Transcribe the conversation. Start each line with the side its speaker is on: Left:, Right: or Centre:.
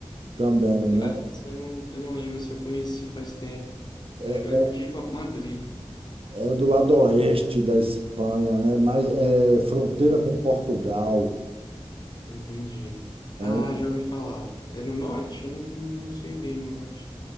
Right: também, né?
Left: Cara, você não, eu não lembro se eu conheci faz tempo.
Right: É
Left: Eu lembro de ir para Madrid.
Right: é do lado oeste da Espanha, né? Mas é fronteira com Portugal.
Left: Entendi.
Right: É,
Left: Ah,
Right: um-
Left: já ouvi falar. É no norte? Eu não, não sei bem no norte.